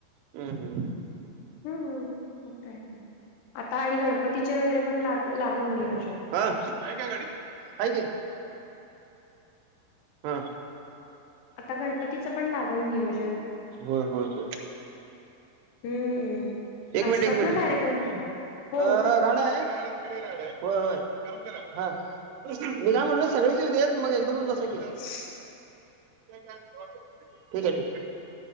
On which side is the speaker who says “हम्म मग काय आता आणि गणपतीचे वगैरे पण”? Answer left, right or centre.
Left